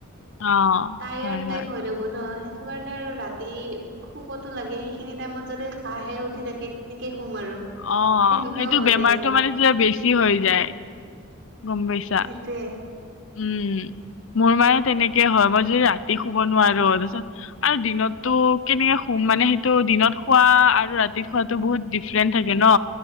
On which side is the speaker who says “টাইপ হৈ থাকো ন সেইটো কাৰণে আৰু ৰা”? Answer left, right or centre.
Right